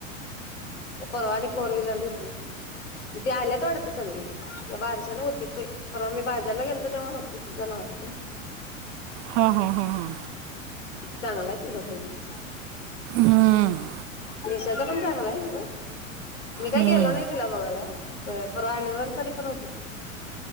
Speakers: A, on the left; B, on the right.
A: परवाणी फोर व्हीलर घे ते आल्यात वाडत सगळी त्या बारशाला व्ह <unintelligible> परवा मी बाजरला गेलोत तेव्हा होती तिझा नवरापण.
B: हा हा हा हा.
A: चांगलय तुझ्या बहिणीचं.
B: हम्म,
A: निश <inaudible> <unintelligible> पण चांगलाय <unintelligible> मी काय
B: हम्म,
A: गेलो नाही तिला बघायला परवा एनिव्हर्सरी पण होती.